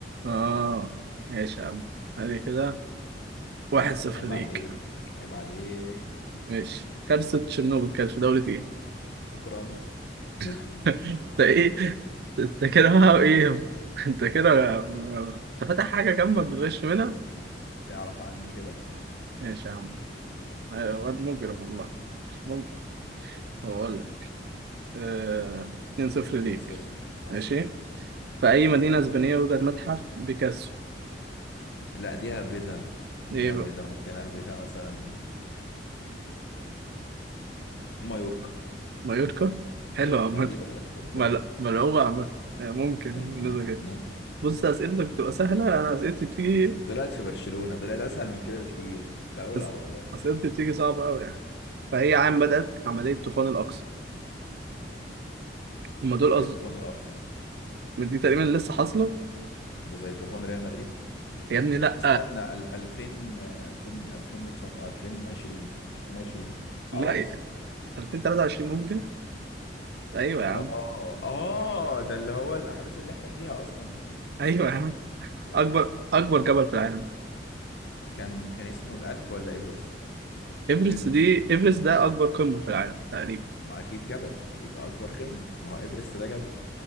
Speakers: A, on the right; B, on the left.
A: اه ماشي يا عم هذه كده واحد صفر
B: عيب
A: ليك
B: عليك عيب عليك
A: ماشي كارثة تشيرنوبل كانت في دولة ايه؟
B: اوكرانيا <laughs>
A: <laughs> انت ايه؟ انت كده بقى ايه؟ انت كده بقى- انت فاتح حاجة جنبك بتغش منها؟
B: تعرف عني كده
A: ماشي يا عم أيوة، واد مجرم والله ممكن طب أقول لك آه... 2-0 ليك
B: 2 0 حصل
A: ماشي في أي مدينة إسبانية يوجد متحف بيكاسو
B: لا دي هبدها
A: إيه
B: دي
A: بقى؟
B: هبدها ممكن اهبدها مثلا مايوركا
A: مايوركا؟ حلو عامة
B: ما دي بلد خد بالك
A: مل... ملعوبة عامة يعني ممكن
B: يعني
A: بالنسبة
B: اه
A: كده
B: ممكن
A: بص أسئلتك بتبقى سهلة أنا أسئلتي بتيجي
B: طلعت في برشلونة طلعت اسهل من كده بكتير كنت هقولها
A: أس...
B: والله
A: أسئلتي بتيجي صعبة أوي يعني. فهي عام بدأت عملية طوفان الأقصى هما دول
B: هو
A: قصدي
B: ايه طوفان الاقصم
A: دي تقريبا لسه حاصلة
B: ده زي طوفان ريال مدريد
A: يا ابني لأ
B: استنى ال- 2000 آه، 2000 2019 2020 2020
A: لا
B: معرفش
A: 2023 ممكن أيوة يا عم
B: اه اه ده اللي هو الاحداث اللي احنا فيها اصلا دي
A: أيوة يا عم
B: يا
A: أكبر
B: لهوي
A: أكبر جبل في العالم
B: كان كان اسمه الألب ولا ايفرست
A: إيفرست
B: ايفرست
A: دي إيفرست ده أكبر قمة في العالم تقريبا
B: ما اكيد جبل يبقى اكبر قمة ما هو ايفرست ده جبل